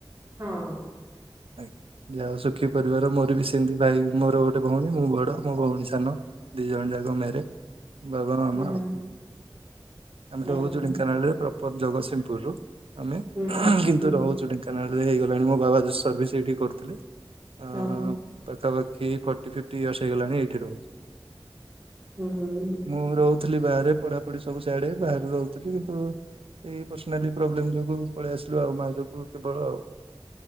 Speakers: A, on the right (about 40°); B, on the right (about 80°).
A: ହଁ।
B: ଆଜ୍ଞା। ଯାହା ହଉ ସୁଖୀ ପରିବାର। ମୋର ବି ସେମିତି ଭାଇ ମୋର ଗୋଟେ ଭଉଣୀ ମୁଁ ବଡ ମୋ ଭଉଣୀ ସାନ। ଦି ଜଣ ଯାକ ମେରେଡ ବାବା ମାମା
A: ହୁଁ ହୁଁ
B: ଆଉ। ଆମେ ରହୁଚୁ
A: ଓହୋ
B: ଢେଙ୍କାନାଳରେ ପ୍ରପର ଜଗତସିଂହପୁରରୁୁ ଆମେ
A: ହୁଁ ହୁଁ
B: ଉଁ କିନ୍ତୁ
A: ହୁଁ
B: ରହୁଚୁ
A: ହୁଁ
B: ଢେଙ୍କା କାନାଳରେ ହେଇଗଲାଣି ମୋ ବାବା ସ ସର୍ଭିସ୍ ସେଇଠି କରୁଥୁଲେ। ଆଁ
A: ଓହୋ
B: ଉଁ ପାଖାପାଖି ଫୋର୍ଟି ଫିଫ୍ଟି ଇୟରର୍ସ ହେଇଗଲାଣି ଏଇଠି ରହୁଚୁ।
A: ହୁଁ-ହୁଁ।
B: ମୁଁ ରହୁଥିଲି ବାହାରେ। ପଢାପଢି ସବୁ ସାଆଡେ ବାହାରେ ରହୁଥିଲି କିନ୍ତୁ ଏଇ ପର୍ସନାଲି ପ୍ରୋବ୍ଲେମ ଯୋଗୁ ପଳେଇ ଆସିଲୁ ଆଉ ମା ଯୋଗୁ କେବଳ ଆଉ।